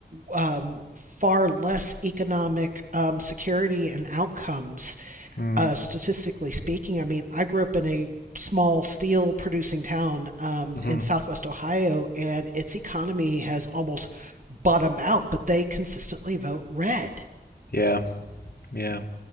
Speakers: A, on the right; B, on the left.
A: um, far less economic um, security and outcomes
B: Mm-hmm.
A: uh, statistically speaking. I mean, I grew up in a small steel producing town um,
B: hmm
A: in southwest Ohio, and its economy has almost bottomed out, but they consistently vote red.
B: Yeah, yeah.